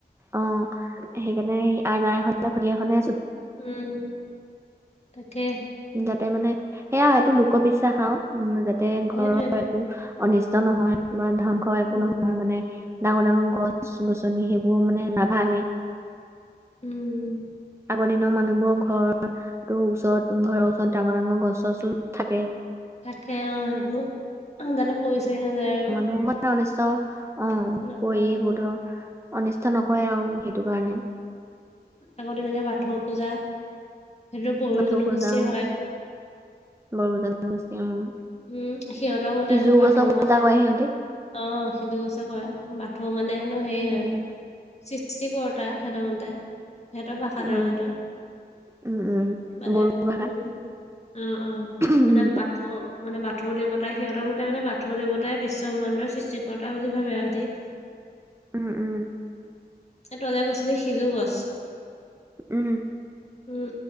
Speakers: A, on the right; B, on the left.
A: অ', সেইকাৰণে সেই আইন এখনে, ফণীএখনে
B: উম, তাকে।
A: যাতে মানে, সেয়া আৰু এইটো লোকবিশ্বাস আৰু, উম, যাতে
B: সেইটোৱে
A: ঘৰৰ একো অনিষ্ট নহয়, বা ধ্বংস একো
B: উম
A: নহয় মানে, ডাঙৰ-ডাঙৰ গছ-গছনি সেইবোৰ মানে নাভাঙে
B: উম।
A: আগৰ দিনৰ মানুহবোৰৰ ঘৰৰ ওচৰত-ঘৰৰ ওচৰত ডাঙৰ-ডাঙৰ গছ-চছো থাকে
B: থাকে অ' সেইবোৰ, অ', যাতে পৰি-চৰি নাযায় আৰু।
A: মোৰ মানে, অনিষ্ট অ',
B: নপৰে
A: পৰি, এইবোৰ
B: অ
A: ধৰ অনিষ্ট
B: উম
A: নকৰে আৰু। সেইটো কাৰণে।
B: আকৌ তেনেকে বাথৌ পূজা, সেইটোতো বড়ো
A: বাথৌ
B: জনগোষ্ঠীৰ
A: পূজা অ
B: হয়।
A: বড়ো জনগোষ্ঠীৰ, অ'।
B: উম, সিহঁতৰ মতে
A: সিজু
B: হেনো বাথৌ
A: গছক পূজা
B: মানে
A: কৰে সিহঁতি
B: অ', সিজু গছক কয়, বাথৌ মানে হেনো হেৰি
A: উম
B: হয়, চি সৃষ্টিকৰোঁতা সিহঁতৰ মতে, সিহঁতৰ ভাষাত
A: উম
B: আৰু সেইটো,
A: উম উম
B: মানে
A: বড়ো ভাষাত
B: উম, উম উম,
A: উম
B: মানে বাথৌ মানে বাথৌ দেৱতা সিহঁতৰ মতে মানে বাথ বাথৌ দেৱতাই বিশ্বব্ৰহ্মাণ্ডৰ সৃষ্টিকৰ্তা বুলি ভাবে আৰু সিহঁতি।
A: উম উম।
B: এই তই যে কৈছিলি সিজু গছ
A: উম।
B: উম,